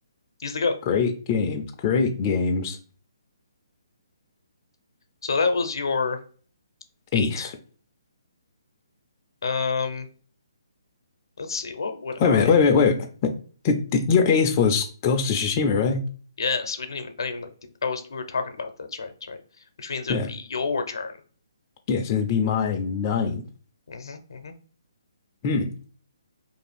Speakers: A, on the left; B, on the left.
A: He's the GOAT.
B: great games. Great games.
A: So that was your eight.
B: Eighth.
A: Um, let's see, what would
B: Wait
A: I
B: a minute. Wait a minute. Wait. A minute. Th- th- Your eighth was Ghost of Tsushima, right?
A: Yes, we didn't even. I didn't even like. Get, I was. We were talking about that's right. That's right. Which means it
B: Yeah.
A: would be your turn.
B: Yes, it'd be my ninth.
A: hmm hmm
B: Hmm.